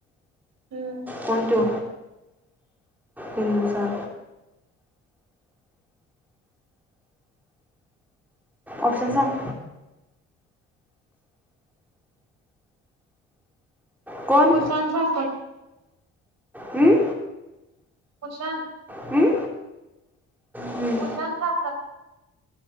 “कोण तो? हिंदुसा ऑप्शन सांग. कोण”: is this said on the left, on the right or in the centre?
Centre